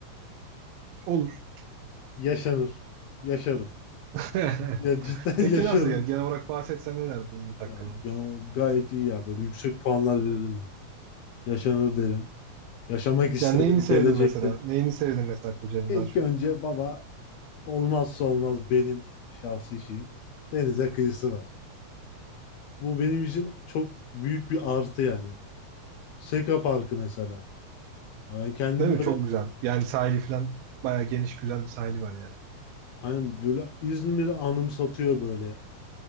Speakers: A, on the right; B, on the left.
A: Olur.
B: Yaşanır. Yaşarım.
A: <laughs>
B: Ya cidden
A: Peki
B: <laughs> yaşarım.
A: nasıl ya? Genel olarak bahsetsen ne derdin İzmit
B: Ya,
A: hakkında?
B: ya gayet iyi ya. Böyle yüksek puanlar veririm. Yaşanır derim. Yaşamak isterim
A: Yani neyini sevdin
B: gelecekte.
A: mesela? Neyini sevdin mesela Kocaeli'nin
B: İlk
A: daha çok?
B: önce baba olmazsa olmaz benim şahsi şeyim. Denize kıyısı var. Bu benim için çok büyük bir artı yani. Seka Parkı mesela. Ben kendim
A: Değil mi?
B: böyle
A: Çok güzel. Yani sahili falan bayağı geniş güzel bir sahili var yani.
B: hani böyle İzmir'i anımsatıyor böyle.